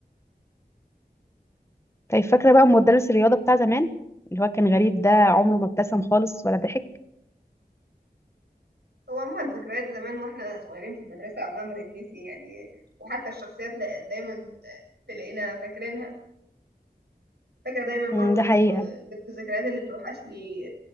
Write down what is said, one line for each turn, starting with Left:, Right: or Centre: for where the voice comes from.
Left: طيب فاكرة بقى مدرس الرياضة بتاع زمان اللي هو كان غريب ده عمره ما ابتسم خالص ولا ضحك
Right: هو عموما ذكريات زمان واحنا صغيرين في المدرسه عمرها ما تتنسي يعني وحتى الشخصيات دا- دايما آه، تلاقينا فاكرينها فاكره دايما برضو
Left: أمم، ده حقيقة
Right: آه، بالذكريات اللي بتوحشني